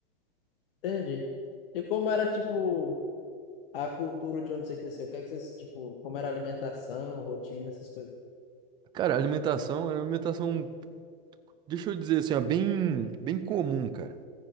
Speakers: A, on the left; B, on the right.
A: Entendi. E como era, tipo, a cultura de onde você cresceu? O que é que vocês, tipo, como era a alimentação, rotina, essas coisas?
B: Cara, a alimentação é uma alimentação, deixa eu dizer assim, ó, bem, bem comum, cara.